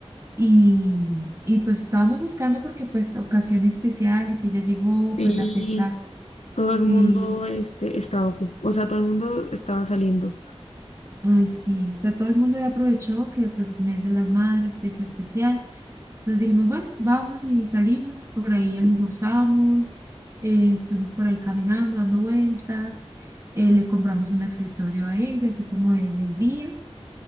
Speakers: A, on the right; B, on the left.
A: Y, y pues estábamos buscando porque pues ocasión especial de que ya llegó,
B: sí,
A: pues la fecha,
B: todo
A: sí,
B: el mundo este, estaba ocupado, o sea, todo el mundo estaba saliendo.
A: ay sí, o sea, todo el mundo ya aprovechó que pues el mes de las madres, fecha especial. Entonces dijimos, bueno, vamos y salimos, por ahí almorzamos, eh, estuvimos por ahí caminando, dando vueltas, eh, le compramos un accesorio a ella, así como de- del día.